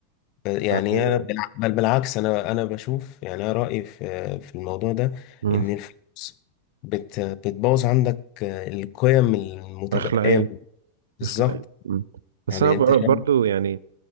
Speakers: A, on the left; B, on the right.
A: ب- يعني
B: آه،
A: انا بالع- بل بالعكس انا انا بشوف يعني انا رأيي في في الموضوع ده
B: م.
A: ان الفلوس بت بتبوظ عندك القيم المتبقية
B: اخلاقيه
A: بالظبط
B: اخلاقيه م. بس
A: يعني
B: انا بر-
A: انت شايف
B: برضو يعني